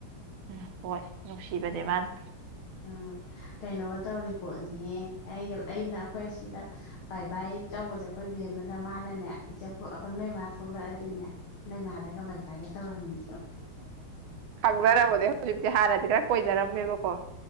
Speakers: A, on the right (about 80°); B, on the left (about 80°).
A: ꯎꯝ ꯍꯣꯏ ꯅꯨꯡꯁꯤꯕꯅꯦ ꯃꯥꯅ
B: ꯎꯝ ꯀꯩꯅꯣꯒ ꯇꯧꯔꯤ ꯄꯣꯠꯅꯤꯍꯦ ꯑꯩꯒ ꯑꯩꯅ ꯑꯩꯈꯣꯏ ꯁꯤꯗ ꯕꯥꯏ ꯕꯥꯏ ꯇꯧꯕꯁꯦ ꯑꯩꯈꯣꯏ ꯕꯦꯝ ꯑꯃꯗ ꯃꯥꯅꯅꯦ ꯏꯆꯄꯨ ꯑꯩꯈꯣꯏ ꯅꯣꯏꯃꯥ ꯊꯣꯛꯂꯛꯑꯗꯣꯏꯅꯦ ꯅꯣꯏꯃꯥꯗꯒ ꯕꯥꯏꯕꯥꯥꯏꯒ ꯇꯧꯔꯝꯃꯤ
A: ꯈꯪꯖꯔꯔꯕꯅꯦ ꯍꯧꯖꯤꯛꯇꯤ ꯍꯥꯟꯅꯗꯤ ꯈꯔ ꯀꯣꯏꯅꯔꯝꯃꯦꯕꯀꯣ